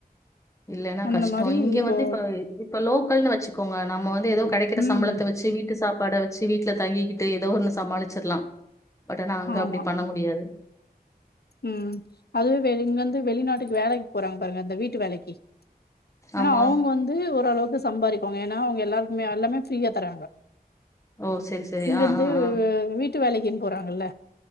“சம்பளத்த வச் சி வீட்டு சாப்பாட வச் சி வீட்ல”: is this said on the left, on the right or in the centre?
Left